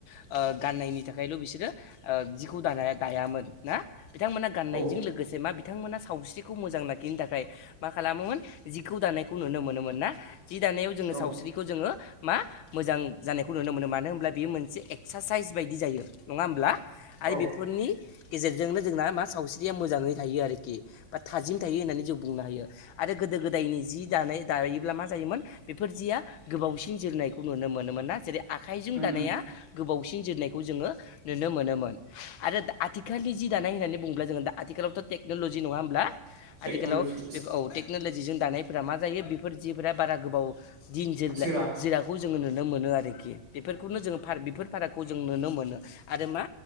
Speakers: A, on the left; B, on the right.
A: ओ गाननायनि थाखायल' बिसोरो ओ जिखौ दानाया दायामोन ना बिथांमोना गाननायजों
B: औ
A: लोगोसे मा बिथांमोना सावस्रिखौ मोजां लाखिनो थाखाय मा खालामोमोन जिखौ दानायखौ नुनो मोनोमोन ना जि दानायाव जोङो
B: औ
A: सावस्रिखौ जोङो मा मोजां जानायखौ नुनो मोनो मानो होनोमब्ला बेयो मोनसे एक्सारसाइस बायदि जायो नङा होमब्ला आरो
B: औ
A: बेफोरनि गेजेरजोंनो जोंना मा सावस्रिया मोजाङै थायो आरोखि बा थाजिम थायो होननानै जों बुंनो हायो आरो गोदो गोदायनि जि दानाय दायोब्ला मा जायोमोन बेफोर जिया गोबावसिन जोरनायखौ नुनो मोनोमोना जेरै आखाइजों
B: उम
A: दानाया
B: उम
A: गोबावसिन जोरनायखौ जोङो नुनो मोनोमोन आरो, आथिखालनि जि दानाय होननानै बुङोब्ला जोङो दा आथिखालावथ' टेक्न'ल'जि नङा होमब्ला
B: टेक्न'लजि
A: आथिखालाव बे औ टेक्न'लजिजों दानायफोरा मा जायो बेफोर जिफोरा बारा गोबाव दिन जे
B: सोरा
A: जिराखौ जोङो नुनो मोनो आरोखि बेफोरखौनो जोङो फाराग बेफोर फारागखौ जों नुनो मोनो आरो मा